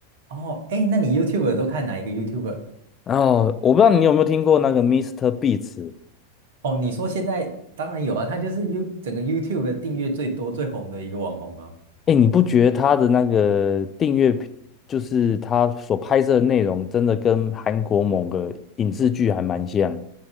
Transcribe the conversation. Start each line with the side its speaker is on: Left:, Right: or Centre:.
Right: 哦，哎，那你 y o u t u b e 都看哪一个 YouTuber？
Left: 然后我不知道你有没有听过那个 Mr. b e a t s
Right: 哦，你说现在当然有啊，他就是 You 整个 YouTube 的订阅最多最红的一个网红啊，
Left: 哎，你不觉得他的那个订阅频就是他所拍摄的内容，真的跟韩国某个影视剧还蛮像？